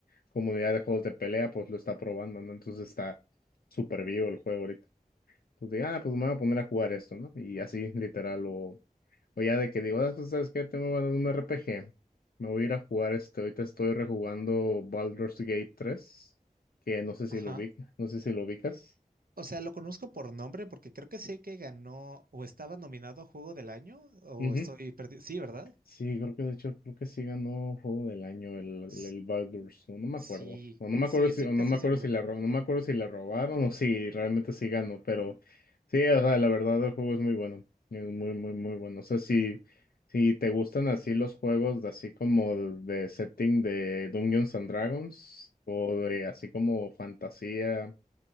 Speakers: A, on the left; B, on the right.
A: comunidad de juegos de pelea, pues lo está probando, ¿no? Entonces está súper vivo el juego ahorita. Entonces digo, ah, pues me voy a poner a jugar esto, ¿no? Y así, literal, o, o ya de que digo, ah, pues, ¿sabes qué? Tengo ganas de un RPG, me voy a ir a jugar este, ahorita estoy rejugando Baldur's Gate tres que no sé si
B: Ajá.
A: lo ubica, no sé si lo ubicas.
B: O sea, lo conozco por nombre porque creo que sé que ganó o estaba nominado a Juego del Año o
A: Ujú.
B: estoy perdido. Sí, ¿verdad?
A: Sí, creo que de hecho, creo que sí ganó juego del año el,
B: S-
A: el Baldur's, no, no me
B: Sí,
A: acuerdo. No, no me
B: sí,
A: acuerdo
B: estoy
A: si, o no
B: casi
A: me acuerdo
B: seguro.
A: si la ro- no me acuerdo si la robaron o si realmente sí ganó, pero sí, o sea, la verdad el juego es muy bueno. Es muy, muy, muy bueno. O sea, si, si te gustan así los juegos de así como de setting de Dungeons and Dragons, o de así como fantasía,